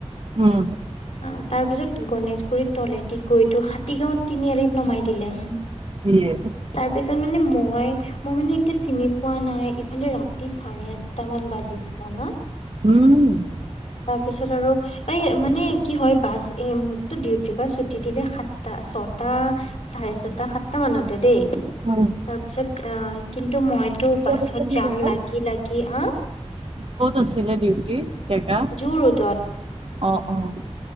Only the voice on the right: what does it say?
উম
ইয়ে।
উম।
উম।
ক'ত আছিলে
পাপা?
ক'ত আছিলে ডিউটি জেগা?
অ', অ'।